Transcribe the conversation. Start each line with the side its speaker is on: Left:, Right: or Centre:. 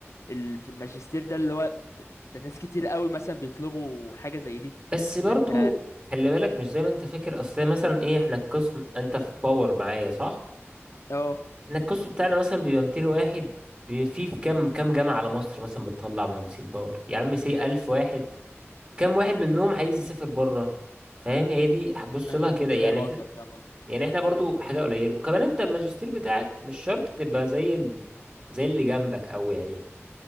Left: ال... في الماجستير ده اللي هو ت- ده ناس كتير قوي مثلا بيطلبوا حاجة زي دي
Right: بس برضو
Left: فانت
Right: خلي بالك مش زي ما انت فاكر اصل مثلا ايه احنا القسم انت في باور معايا صح
Left: اه
Right: احنا القسم بتاعنا مثلا بيبقى 200 واحد بي- في في كام كام جامعه على مصر مثلا بتطلع مهندسين باور يا عم سي 1000 واحد كام واحد منهم عايز يسافر بره فاهم هي دي بص
Left: امم
Right: لها كده
Left: فاهم
Right: يعني احنا
Left: قصدك فاهم قصدك
Right: يعني احنا برضو حاجه قليله وكمان انت الماجستير بتاعك مش شرط تبقى زي ال... زي اللي جنبك او يعني